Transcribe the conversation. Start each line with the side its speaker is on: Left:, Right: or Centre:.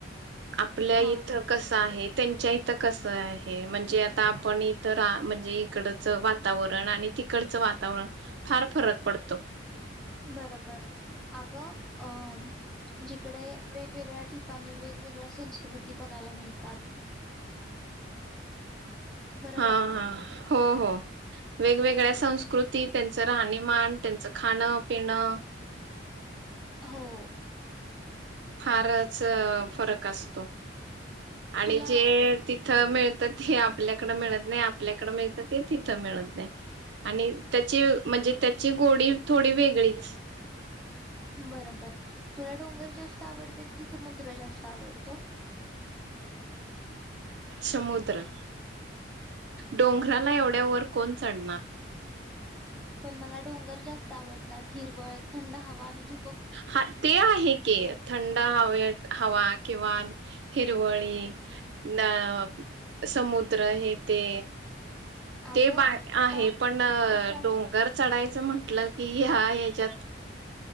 Right: आपल्या
Centre: हा
Right: इथं कस आहे त्यांच्या इ कस आहे म्हणजे आता आपण इतर म्हणजे इकडच वातावरण आणि तिकडचं वातावरण फार फरक पडतो.
Centre: बरोबर अगं अ जिकडे वेगवेगळ्या ठिकाणी वेगवेगळ्या संस्कृती बघायला मिळतात. बरोबर
Right: हा
Centre: ना?
Right: हा हो हो वेगवेग वेगळ्या संस्कृती त्यांचं राहणीमान त्यांचं खाणं पिणं
Centre: हो
Right: फारच फरक असतो. आणि
Centre: तुला
Right: जे तिथ मिळत हे आपल्याकड मिळत नाही. आपल्याकडे मिळतं ते तिथं मिळत नाही, आणि त्याची मजे म्हणजे त्याची गोडी थोडी वेगळीच.
Centre: बरोबर, तुला डोंगर जास्त आवडतं कि समुद्र जास्त आवडतो?
Right: समुद्र. डोंघराला एवढ्या वर कोण चढणार.
Centre: पण मला डोंगर जास्त आवडतात हिरवळ, थंड हवा, आणि धूप.
Right: हां, ते आहे के थंड अं हावळियट हवा किंवा हिरवळी लं समुद्र हे ते.
Centre: अगं
Right: ते बा
Centre: आता
Right: आहे पण
Centre: पावसाळ्या
Right: डोंगर चढायचं म्हण ट्लं कि हा हेच्यात-